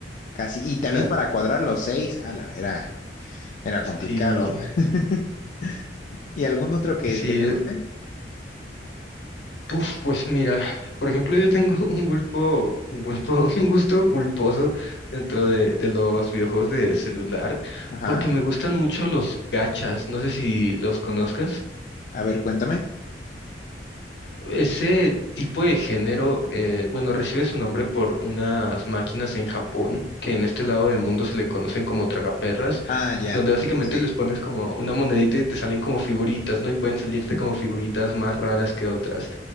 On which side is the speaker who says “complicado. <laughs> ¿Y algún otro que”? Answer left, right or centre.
Left